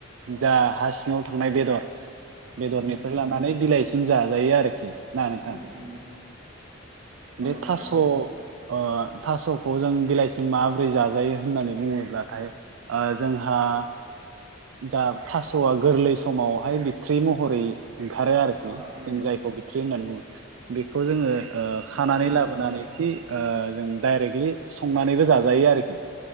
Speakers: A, on the right; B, on the right.
A: जा हा सिङाव थांनाय बेदर। बेदरनिफ्राय
B: उम
A: लानानै बिलाइसिम जाजायो आरोखि। ना नोंथां
B: उम उम नंगौ
A: बे
B: नोंथां
A: थास'।
B: नंगौ
A: ओह थास'खौ जों बिलाइसिम माबोरै जाजायो होननानै बुङोब्लाथाय ओह जोंहा। आ जा थास'आ गोरलै समावहाय बिथ्रि महरै। ओंखारो आरोखि
B: अ
A: जों
B: उम
A: जायखौ बिथ्रि होननानै बुङो बेखौ जोंङो। ओ खानानै
B: नंगौ नोंथां
A: लाबोनानै
B: नंगौ
A: खि ओह जों दाइरेकलि संनानैबो जाजायो आरोखि।